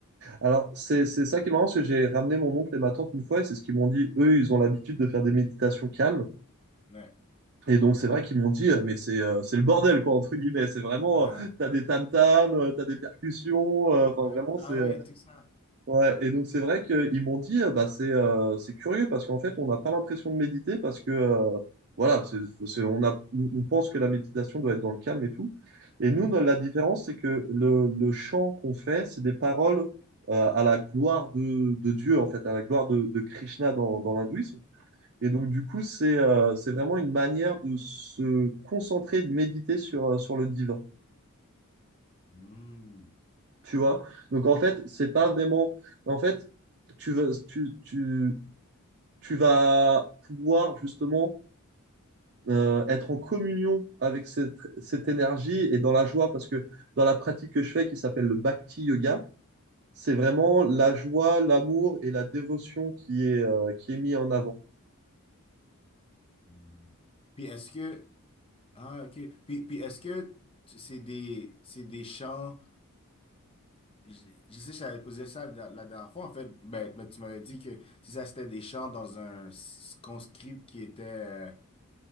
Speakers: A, on the right (about 50°); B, on the left (about 25°).
A: Alors, c'est, c'est ça qui est marrant, c'est que j'ai ramené mon oncle et ma tante une fois, et c'est ce qu'ils m'ont dit. Eux, ils ont l'habitude de faire des méditations calmes.
B: Ouais.
A: Et donc, c'est vrai qu'ils m'ont dit, euh, mais c'est euh, c'est le bordel, quoi, entre guillemets. C'est vraiment,
B: <laughs>
A: euh, t'as des tam-tams, euh, t'as des percussions, euh, enfin,
B: Ouais.
A: vraiment,
B: Ah
A: c'est... euh,
B: ouais, tout ça.
A: Ouais, et donc c'est vrai qu'ils m'ont dit, euh, bah, c'est euh, c'est curieux parce qu'en fait, on n'a pas l'impression de méditer parce que, euh, voilà, c'est, c'est- on a, on on pense que la méditation doit être dans le calme et tout. Et nous,
B: Ouais.
A: no- la différence, c'est que le, le chant qu'on fait, c'est des paroles euh, à la gloire de, de Dieu, en fait, à la gloire de, de Krishna dans, dans l'hindouisme. Et donc, du coup, c'est euh, c'est vraiment une manière de se concentrer, de méditer sur, euh, sur le divin,
B: Hmm.
A: tu vois? Donc, en fait, c'est pas vraiment... En fait, tu veux, tu, tu, tu vas pouvoir justement euh, être en communion avec cette, cette énergie et dans la joie, parce que dans la pratique que je fais, qui s'appelle le Bhakti Yoga, c'est vraiment la joie, l'amour et la dévotion qui est, euh, qui est mis en avant.
B: Hmm. Puis est-ce que ah ok puis, puis est-ce que tu- c'est des c'est des chants je, je sais que j'avais posé ça la, la dernière fois en fait ben, ben, tu m'avais dit que si ça c'était des chants dans un s- conscript qui était euh,